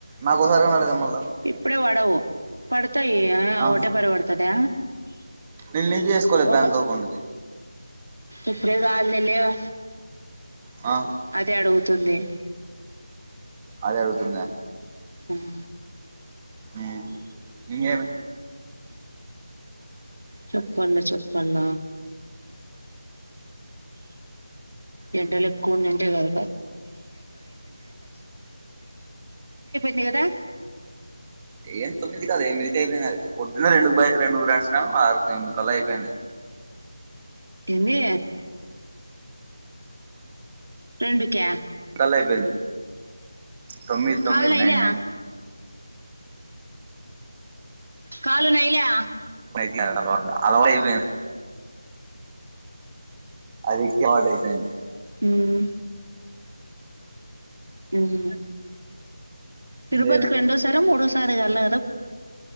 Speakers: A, on the right (about 20°); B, on the right (about 80°).
A: నాకొసారిగా అడదె మల్
B: ఇప్పుడే పడవు పడతాయి అ
A: ఆ
B: ఒటే పరి పడుతదా
A: నేను లింక్ చేసుకోలే
B: ఒక
A: బ్యాంక్ అకౌంట్ కి
B: ఇప్పుడే కాదులే లెవ్
A: ఆ
B: అదే అడుగుతుంది
A: అదే అడుగుతుందా
B: అహ్
A: య ఇంగేమి
B: చెప్పల్ చెప్పల ఎండలు ఎక్కువుంన్నయంటివి పొయింది గదా
A: ఏం తొమ్మిది గదు ఎనిమిదికె అయిపోయింది నాది పొద్దున్న రెండుకు బయ రెండుకు రాడిచినం ఆరు కలా అయిపోయింది
B: ఏందీ రెండుకె
A: లైపొయింది తొమ్మిది తొమ్మిది
B: కాలు నైలా
A: నైన్ నైన్
B: కాలు నైనా
A: <unintelligible> అలవాయిపోయింది అది ఎక్కి అటయిపోయింది
B: మ్ ఉహ్మ్ తిరుపతికి
A: ఇంకేమి
B: రెండో సారో మూడో సారొ ఇగ అల